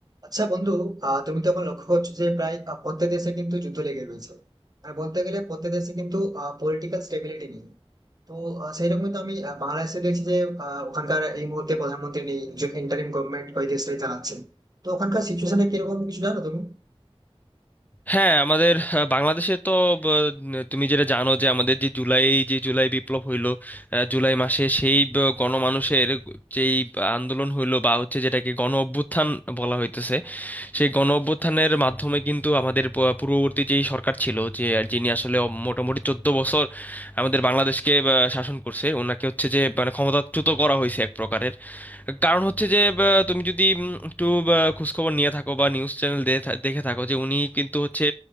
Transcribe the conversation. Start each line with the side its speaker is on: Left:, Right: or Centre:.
Right: আচ্ছা বন্ধু আহ তুমি তো এখন লক্ষ্য করছো যে প্রায় আহ, প্রত্যেক দেশে কিন্তু যুদ্ধ লেগে রয়েছে আর বলতে গেলে প্রত্যেক দেশে কিন্তু পলিটিক্যাল স্টেবিলিটি নেই তো আহ, সেইরকম কিন্তু আমি আহ, বাংলাদেশে দেখছি যে আহ, ওখানকার এই মুহূর্তে প্রধানমন্ত্রী নেই একজন ইন্টারিম গভর্নমেন্ট ওই দেশটাই চালাচ্ছে তো ওখানকার সিচুয়েশনটা কিরকম কিছু জানো তুমি
Left: হ্যাঁ আমাদের আহ, বাংলাদেশে তো ব, ন- তুমি যেটা জানো যে আমাদের যে জুলাই যে জুলাই বিপ্লব হইলো আহ, জুলাই মাসে সেই ব, গণমানুষের যেই আন্দোলন হইলো বা হচ্ছে যেটাকে গণ অভ্যুত্থান বলা হইতেছে সেই গণ অভ্যুত্থানের মাধ্যমে কিন্তু আমাদের প- পূর্ববর্তী যেই সরকার ছিল যে যিনি আসলে মোটামুটি চোদ্দ বছর আমাদের বাংলাদেশকে আহ, শাসন করছে ওনাকে হচ্ছে যে মানে ক্ষমতাচ্যুত করা হয়েছে এক প্রকারের কারণ হচ্ছে যে আহ, তুমি যদি উম, একটু আহ, খোঁজখবর নিয়ে থাকো বা নিউজ চ্যানেল দেখে থাকো যে উনি কিন্তু হচ্ছে